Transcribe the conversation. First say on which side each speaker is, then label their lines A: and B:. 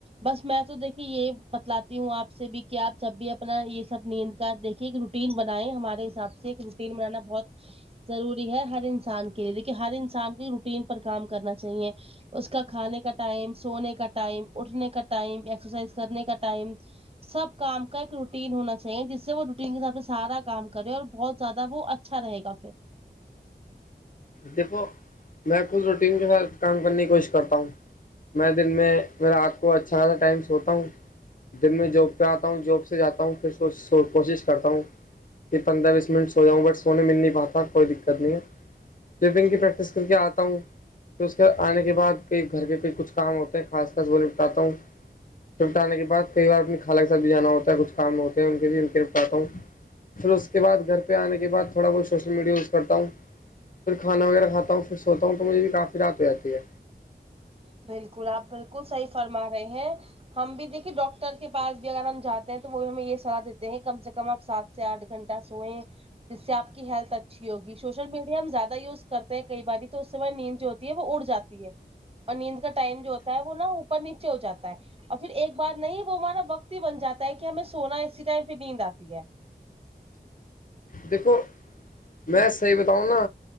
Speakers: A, on the right; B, on the left.
A: بس میں تو دیکھیے یہ بتلاتی ہوں آپ سے بھی کہ آپ جب بھی اپنا یہ سب نیند کا دیکھیے رو روٹین بنائیں ہمارے حساب سے ایک روٹین بنانا بہت ضروری ہے ہر انسان کے لیے لیکن ہر انسان کی روٹین پر کام کرنا چاہیے اس کا کھانے کا ٹائم سونے کا ٹائم اٹھنے کا ٹائم ایکسرسائز کرنے کا ٹائم سب کام کا ایک روٹین ہونا چاہیے جس سے وہ روٹین کے حساب سے سارا کام کرے اور بہت زیادہ وہ اچھا اچھا رہے گا پھر
B: دیکھو میں خود روٹین کے ساتھ کام کرنے کی کوشش کرتا ہوں میں دن میں رات کو اچھا خاصا ٹائم سوتا ہوں دن میں جاب پہ آتا ہوں جاب سے جاتا ہوں پھر کوشش کرتا ہوں کہ پندرہ بیس منٹ سو جاؤں بٹ سونے مل نہیں پاتا کوئی دقت نہیں ہے لفٹنگ
A: جی
B: کی پریکٹس کر کے آتا ہوں پھر اس کے آنے کے بعد کئی گھر کے پہ کچھ کام ہوتے ہیں خاص خاص وہ نپٹاتا ہوں نپٹانے آنے کے بعد کئی بار اپنی خالہ کے ساتھ بھی جانا ہوتا ہے کچھ کام ہوتے ہے ان کے بھی نپٹا کی آتا ہوں پھر اس کے بعدھر پہ آنے کے بعد تھوڑا بہ سوشل میڈیا یوز کرتا ہوں پھر کھانا وغیرہ کھات ہوں پھر سوتا ہوں تو مجھے بھی کافی رات ہو جی ہے
A: بالکل آپ بالکل صحیح فرما رہے ہیں ہم بھی دیکھیے ڈاکٹر کے پاس بھی اگر ہم جاتے ہیں تو وہ بھی ہمیں یہ صلاح دیتے ہیں کم سے کم آپ ساتھ چار آٹھ گھنٹہ سوئے جس سے آپ کی ہیلتھ اچھی ہوگی سوشل میڈیا ہم زیادہ یوز کرتے ہیں کئی باری تو اس سے نیند جو ہے وہ اڑ جاتی ہے اور نیند کا ٹائم جو ہوتا ہے وہ نا اوپر نیچے ہو جاتا ہے اور پھر ایک بار نہیں وہ ہمارا وقت ہی بن جاتا ہے کہ ہمیں سونا اسی ٹائم پھر نیند آتی ہے
B: دیکھو میں صحیح بتاؤں نا